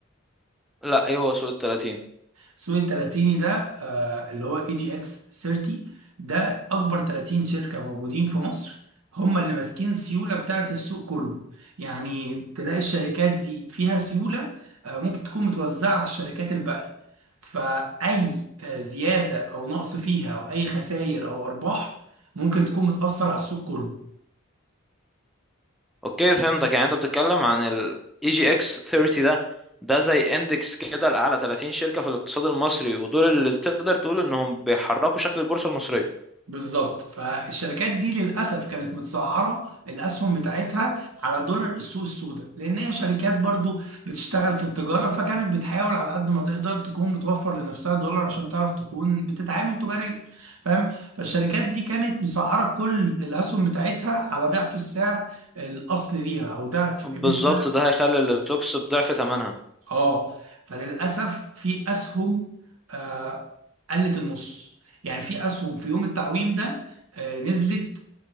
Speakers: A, in the centre; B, on the right.
A: لا إيه هو سوق التلاتين
B: السوق التلاتيني ده آه، اللي هو اي جي اكس 30 ده اكبر 30 شركة موجودين في مصر هم اللي ماسكين السيولة بتاعت السوق كله يعني تلاقي الشركات دي فيها سيولة آه، ممكن تكون متوزعة على الشركات الباقية فأي آه، زيادة أو نقص فيها أو أي خسائر أو أرباح ممكن تكون بتأثر على السوق كله
A: أوكي فهمتك يعني أنت بتتكلم عن ال EGX 30 ده ده زي اندكس كده لأعلى 30 شركة في الاقتصاد المصري ودول اللي تقدر تقول إنهم بيحركوا شكل البورصة المصرية
B: بالظبط فالشركات دي للاسف كانت متسعره الاسهم بتاعتها على دولار السوق السوداء لان هي شركات برضو بتشتغل في التجاره فكانت بتحاول على قد ما تقدر تكون بتوفر لنفسها دولار عشان تعرف تكون بتتعامل تجاريا فاهم فالشركات دي كانت مسعره كل الاسهم بتاعتها على ضعف السعر الاصلي ليها او ضعف
A: بالظبط
B: قيمتها
A: ده هيخلي الستوكس بضعف ثمنها
B: اه فللاسف في اسهم آه قلت النص يعني في اسهم في يوم التعويم ده آه نزلت